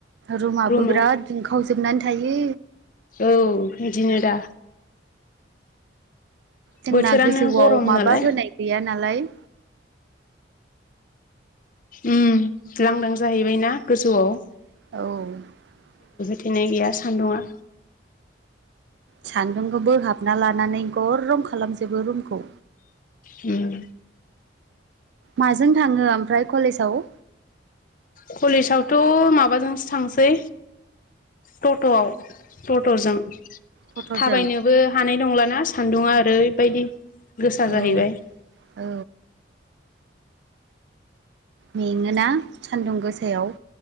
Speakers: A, on the right (about 65°); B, on the left (about 45°).
A: रुमाबो
B: रुमा
A: बिराद दुंखावजोबनानै थायो।
B: औ बिदिनो दा।
A: जोंना
B: बोथोरानो
A: गोजौआव
B: गरम
A: माबा
B: नालाय
A: होनाय गैया नालाय,
B: उम लांदां जाहैबायना गोजौआव,
A: औ
B: दिनै गैया सान्दुंङा,
A: सान्दुंखौ बोहाबना लानानै गरम खालामजोबो रुमखौ,
B: उम,
A: माजों थाङो ओमफ्राय कलेजाव?
B: कलेजावथ' माबाजोंसो थांसै टट'आव, टट'जों
A: टट'जों
B: थाबायनोबो हानाय नंलाना सान्दुङा ओरैबायदि, गोसा
A: औ
B: जाहैबाय,
A: औ मेङोना सान्दुं गोसायाव?